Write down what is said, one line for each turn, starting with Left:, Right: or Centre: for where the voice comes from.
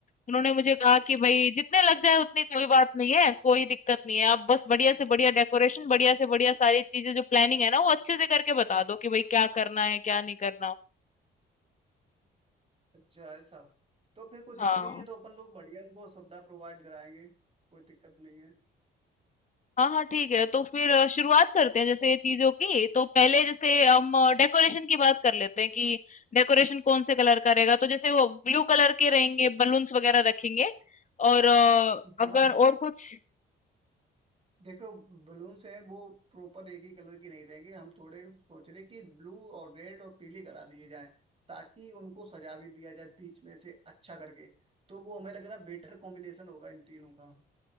Left: उन्होंने मुझे कहा कि भई जितने लग जाए उतनी कोई बात नहीं है, कोई दिक्कत नहीं है। आप बस बढ़िया से बढ़िया डेकोरेशन, बढ़िया से बढ़िया सारी चीज़ें जो प्लानिंग है ना, वो अच्छे से करके बता दो कि भई क्या करना है, क्या नहीं करना।
Right: अच्छा ऐसा तो फिर कोई दिक्कत
Left: हाँ।
Right: ही नहीं है तो अपन लोग बढ़िया उनको सुविधा प्रोवाइड कराएंगे कोई दिक्कत नहीं है
Left: हाँ, हाँ, ठीक है। तो फिर अ, शुरुआत करते हैं जैसे ये चीज़ों की। तो पहले जैसे हम डेकोरेशन की बात कर लेते हैं कि डेकोरेशन कौन से कलर करेगा। तो जैसे वो ब्लू कलर के रहेंगे, बलून्स वगैरह रखेंगे और अ,
Right: वहाँ
Left: अगर और कुछ
Right: देखो बलून्स हैं वो प्रॉपर एक ही कलर की नहीं रहेंगे हम थोड़े सोच रहे कि ब्लू और रेड और पीली करा दिए जाएं ताकि उनको सजा भी दिया जाए बीच में से अच्छा करके तो वो हमें लग रहा है बेटर कॉम्बिनेशन होगा इन तीनों का